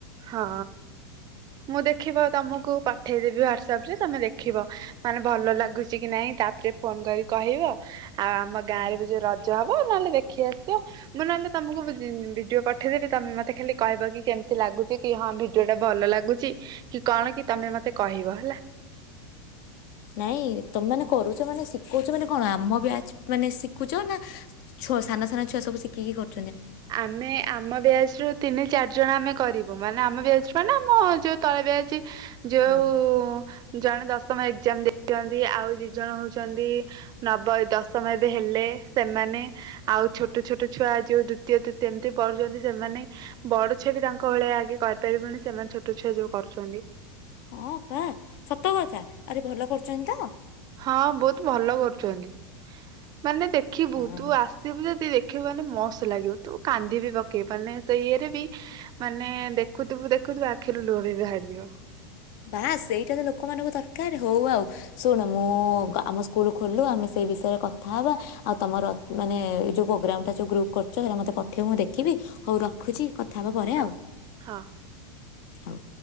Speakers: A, on the right (about 35°); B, on the left (about 55°).
A: ହଁ ମୁଁ ଦେଖିବ ତମକୁ ପଠେଇଦେବି ହ୍ଵାଟସଆପ ରେ ତମେ ଦେଖିବ ମାନେ ଭଲ ଲାଗୁଛି କି ନାଇଁ ତାପରେ ଫୋନ କରି କହିବ। ଆଉ ଆମ ଗାଁ
B: ହଁ।
A: ରେ ବି ଯୋଉ ରଜ ହବ ନହେଲେ ଦେଖ ଦେଖି ଆସିବ ମୁଁ ନହେଲେ ତମକୁ ବିଜି -ଭିଡିଓ ପଠେ ଉଠେଇଦେବି ତମେ ମତେ ଖାଲି କହିବ କି କେମିତି ଲାଗୁଛି କି ହଁ ଭିଡିଓ ଟା ଭଲ ଲାଗୁଛି କି କଣ କି ତମେ ମତେ କହିବ ହେଲା।
B: ନାଇଁ ତମେ ମାନେ କରୁଛ ମାନେ ଶିଖଉଛ ମାନେ କଣ ଆମ ବ୍ୟାଚ ମାନେ ଶିଖୁଛ ନା ଛୁଆ ସାନ ସାନ ଛୁଆ ସବୁ ଶିଖିକି କରୁଛ।
A: ଆମେ ଆମ ବ୍ୟାଜରୁୁ। ତିନି ଚାରି ଜଣ ଆମେ କରିବୁ ମାନେ ଆମେ ବ୍ୟାଚ ମାନେ ଆମ ଯୋଉ ତଳ ବ୍ୟାଚ। ଯଉ
B: ହୁଁ।
A: ଜଣେ ଦଶମ ଏକ୍ଜାମ ଦେଇଛନ୍ତି ଆଉ ଦି ଜଣ ହଉଛନ୍ତି ନବ ଦଶମ ଏବେ ହେଲେ ସେମାନେ ଆଉ ଛୋଟ ଛୋଟ ଛୁଆ ଯଉ ଦୁ ଦ୍ୱିତୀୟ ତୃତୀୟ ଏମତି ପଢୁଛନ୍ତି ସେମାନେ ବଡ ଛୁଆ ବି ତାଙ୍କ ଭଳିଆ ଆଗେ କରିପାରିବୁନି ସେମାନେ ଛୋଟ ଛୁଆ ଯୋଉ କରୁଛନ୍ତି।
B: ହଁ ପା ସତ କଥା ଆରେ ଭଲ କରୁଛନ୍ତି ତ।
A: ହଁ ବହୁତ ଭଲ କରୁଛନ୍ତି। ମାନେ ଦେଖିବୁ
B: ତ।
A: ତୁ ଆସିବୁ ଯଦି ଦେଖି ଆସିବୁ ମାନେ ମସ୍ତ ଲାଗିବ ତୁ କାନ୍ଦି ବିି ପକେଇବୁ ମାନେ ସେଇରେ ବି ମାନେ ଦେଖୁଥିବୁ ଦେଖୁଥିବୁ ଆଖିରୁ ଲୁହ ବି ବାହାରିଯିବ।
B: ବା ସେଇଟା ତ ଲୋକମାନଙ୍କ ଦରକାର ହଉ ଆଉ ଶୁଣ ମୁଁ ଆମ ସ୍କୁଲ ଖୋଲୁ ଆମେ ସେଇ ବିଷୟରେ କଥାହବା ଆଉ ତମର ମାନେ ଏ ଯୋଉ ପ୍ରୋଗ୍ରାମ ଟା ଯୋଉ ଗ୍ରୁପ କରୁଛ ହେରା ମତେ ପଠେଇବ ମୁଁ ଦେଖିବି ହଉ ରଖୁଛି। କଥା ହବା ପରେ
A: ହଁ
B: ଆଉ
A: ହଁ।
B: ହଉ।